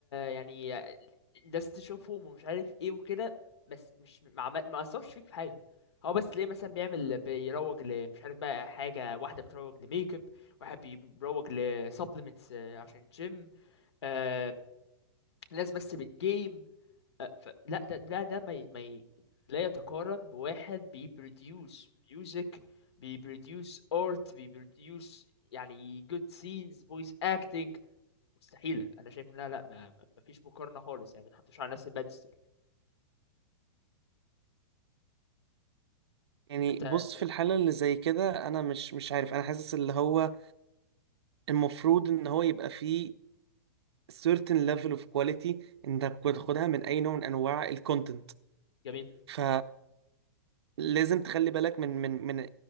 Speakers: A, on the left; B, on the right.
A: يعني الناس تشوفهم ومش عارف ايه وكده بس مش ما, عم- ما اثرش فيك في حاجه هو بس ليه مثلا بيعمل بيروج لمش عارف بقى حاجه واحده بتروج لميك اب واحد بيروج لسبلمنتس عشان جيم آه ناس بس بتجيم آه، ف... لا ده ده ده ما ي... ما ي... لا يتقارن بواحد بيبروديوس ميوزك بيبروديوس ارت بيبروديوس يعني جود سينز فويس اكتنج مستحيلة انا شايف ان لا لا ما ما ما فيش مقارنة خالص يعني ما تحطوش على نفس البادستل
B: يعني
A: انت
B: بص
A: شايف
B: في الحالة
A: ايه
B: اللي زي كده أنا مش مش عارف أنا حاسس اللي هو المفروض إن هو يبقى فيه certain level of quality انت بتاخدها من اي نوع من انواع الكونتنت
A: جميل
B: ف لازم تخلي بالك من من من